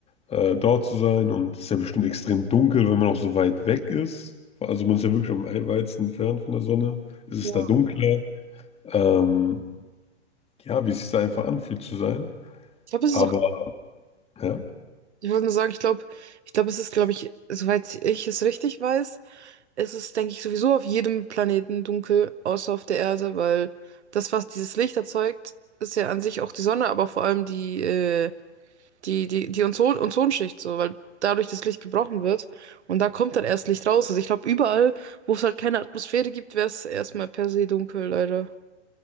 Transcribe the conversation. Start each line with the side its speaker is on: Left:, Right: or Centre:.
Left: äh, dort zu sein. Und es ist ja bestimmt extrem dunkel, wenn man auch so weit weg ist. Also man ist ja wirklich am weitesten entfernt von der Sonne. Es ist
Right: ja.
Left: da dunkler. Ähm, ja, wie es sich da einfach anfühlt zu sein.
Right: Ich glaube, es
Left: Aber
Right: ist auch.
Left: ja,
Right: Ich wollte nur sagen, ich glaube, ich glaube, es ist, glaube ich, soweit ich es richtig weiß, es ist, denke ich, sowieso auf jedem Planeten dunkel, außer auf der Erde, weil das, was dieses Licht erzeugt, ist ja an sich auch die Sonne, aber vor allem die, äh, die, die, die Ozon Ozonschicht, so, weil dadurch das Licht gebrochen wird und da kommt dann erst Licht raus. Also ich glaube, überall, wo es halt keine Atmosphäre gibt, wäre es erstmal per se dunkel, leider.